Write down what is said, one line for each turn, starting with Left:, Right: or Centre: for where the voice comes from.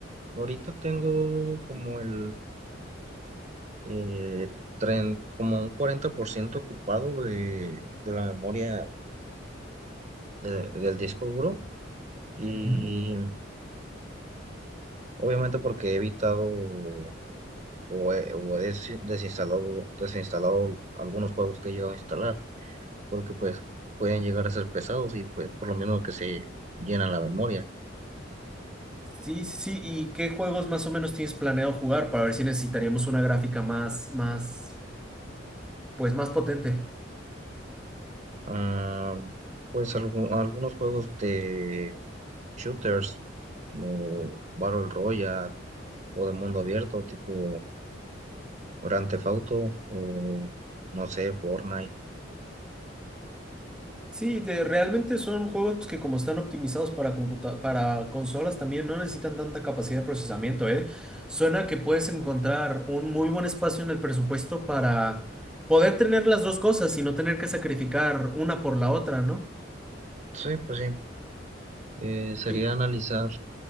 Right: ahorita tengo como el eh, tren- como un 40% ocupado de, de la memoria de- del disco duro y
Centre: Mm.
Right: obviamente porque he evitado o he, o he des- desinstalado, desinstalado algunos juegos que he llegado a instalar porque pues pueden llegar a ser pesados y pues por lo mismo que se llena la memoria.
Centre: Sí, sí, sí. ¿Y qué juegos más o menos tienes planeado jugar para ver si necesitaríamos una gráfica más, más, pues más potente?
Right: Ah, pues algu- algunos juegos de shooters como Battle Royale o de mundo abierto tipo Grand Theft Auto o no sé, Fortnite.
Centre: Sí, de- realmente son juegos que como están optimizados para computa- para consolas también no necesitan tanta capacidad de procesamiento, ¿eh? Suena que puedes encontrar un muy buen espacio en el presupuesto para poder tener las dos cosas y no tener que sacrificar una por la otra, ¿no?
Right: Sí, pues sí. Eh, sería
Centre: Y,
Right: analizar